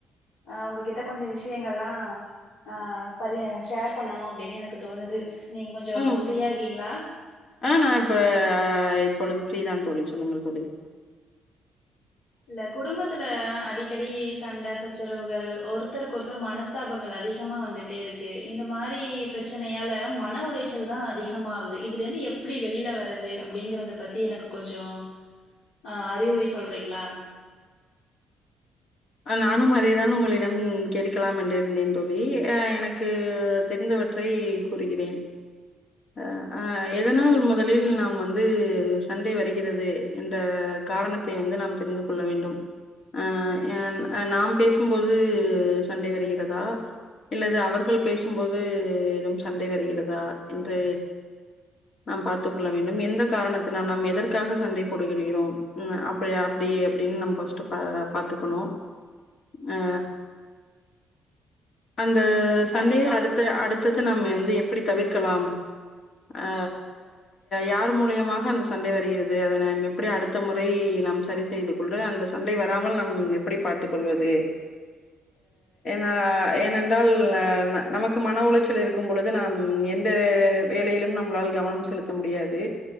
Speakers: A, on the left (about 70°); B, on the left (about 55°).
A: ஹ உங்ககிட்ட கொஞ்சோ விஷயங்கள்லா ஆ பரி ஷேர் பண்ணணும் அப்டின்னு எனக்கு தோணுது நீங்க கொஞ்சோ
B: உம்
A: ஃப்ரீயா இருக்கீங்களா
B: ஆ நா இப்ப இப்பொழுது ஃப்ரீ தா தோழி சொல்லுங்கள் தோழி
A: இல்ல குடும்பத்துல அடிக்கடி சண்ட சச்சரவுகள் ஒருத்தருக்கு ஒருத்தர் மனஸ்தாபங்கள் அதிகமா வந்துட்டே இருக்கு இந்த மாரி பிரச்சனையால மன உளைச்சல் தா அதிகமாவுது இதுல இருந்து எப்டி வெளில வரது அப்டிங்கிறத பத்தி எனக்கு கொஞ்சோ அ அறிவுரை சொல்றீங்ளா
B: நானும் அதேதா உங்களிடம் கேட்கலாம் என்று இருந்தேன் தோழி அ எனக்கு தெரிந்தவற்றை கூறுகிறேன் அ அ எதனால் முதலில் நாம் வந்து சண்டை வருகிறது என்ற காரணத்தை வந்து நாம் தெரிந்து கொள்ள வேண்டும் அ நாம் பேசும்போது சண்டை வருகிறதா இல்லது அவர்கள் பேசும்போது எதும் சண்டை வருகிறதா என்று நாம் பார்த்துக் கொள்ள வேண்டும் எந்த காரணத்தினால் நாம் எதற்காக சண்டை போடுகிடுகிறோம் அ அப்டி அப்டின்னு நம்ம ஃபஸ்ட் பாத்துக்கணு அ அந்த
A: கண்டிப்பா
B: சண்டய அடுத்த அடுத்தது நம்ம வந்து எப்டி தவிர்க க்கலாம் ஆ யார் மூலியமாக அந்த சண்டை வருகிறது அதனை எப்படி அடுத்த முறை நாம் சரி செய்து கொள் அந்த சண்டை வராமல் நம் எப்படி பார்த்துக் கொள்வது ஆ ஏனென்றால் ஆ நமக்கு மன உளைச்சல் இருக்கும் பொழுது நாம் எந்த வேலையிலும் நம்மளால் கவனம் செலுத்த முடியாது